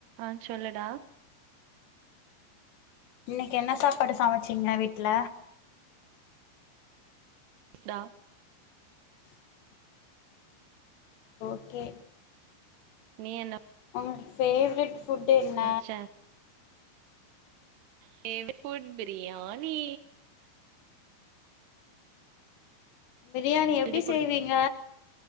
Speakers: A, on the right (about 70°); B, on the left (about 75°).
A: ஆ சொல்லுடா
B: இன்னைக்கி என்ன சாப்பாடு சமச்சிங்க வீட்ல
A: டா
B: ஓகே
A: நீ என்ன
B: உங்க ஃபேவ்ரெட் ஃபுட் என்ன
A: வச்ச ஃபேவ்டு ஃபுட் பிரியாணி
B: பிரியாணி
A: எழுதி
B: எப்டி
A: குடு
B: செய்வீங்க